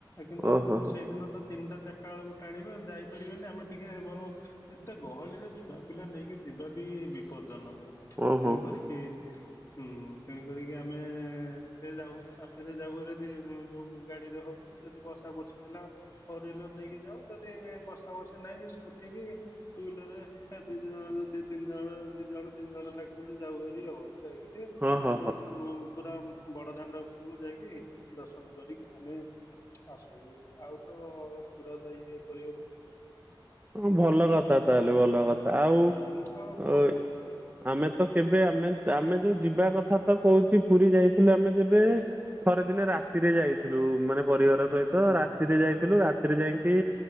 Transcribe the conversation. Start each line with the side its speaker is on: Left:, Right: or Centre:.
Left: କିନ୍ତୁ
Right: ଓହୋ ହୋ
Left: ସେଇଦିନ ତ ତିନିଟା ଚାରିଟା ବେଳକୁ ଟାଣିବେ ଯାଇପାରିବେନି ଆମେ ଟିକେ ବରଂ ଏତେ ଗହଳିରେ ଛୁଆ ପିଲା ନେଇକି ଯିବା ବି ବିପଦଜନକ।
Right: ଓହୋ
Left: ତେଣୁ
Right: ହୋ।
Left: କରିକି ହୁଁ। ତେଣୁ କରିକି ଆମେ ଟେ ଯାଉରେ ରାତିରେ ଯାଉଭାରି ଯଦି ଯୋଉ ଗାଡ଼ିରେ ହେଉ କି ଯଦି ବସ। <unintelligible> ହେଲା ଫୋର ହ୍ବିଲର ନେଇକି ଯାଉ ଯଦି ବର୍ଷା ବର୍ଷି ନାହିଁ ସ୍କୁଟି କି ଟୁ ହ୍ୱିଲରରେ ଦି ଦି ଜଣ ଦି ତିନି ଜଣ ଦି ଜଣ ତିନି ଜଣ ଲାକେ ଏମିତି ଯାଉ ଭାରି ଆଉ। ଯାଇକି ଟିକେ
Right: ହଁ ହଁ
Left: ସେଇ ପୁରା ବଡ଼ଦାଣ୍ଡ ଉପରକୁ ଯାଇକି ଦର୍ଶନ କରିକି ଆମେ ଆସୁ। ଆଉ ତ ପୁରା ଯା ଇଏ କରିହବନି।
Right: ହଁ ଭଲ କଥା ତାହେଲେ ଭଲ କଥା। ଆଉ
Left: ହୁଁ ଆଉ କଣ
Right: ଏ ଆମେ ତ କେବେ ଆମେ ଆମେ ଯୋଉ ଯିବା କଥା ତ କହୁଛି ପୁରୀ ଯାଇଥିଲୁ ଆମେ ଯେବେ ଥରେ ଦିନେ ରାତିରେ ଯାଇ ଥିଲୁ। ମାନେ ପରିବାର ସହିତ ରାତିରେ
Left: ହଁ
Right: ଯାଇଥିଲୁ ରାତିରେ ଯାଇକି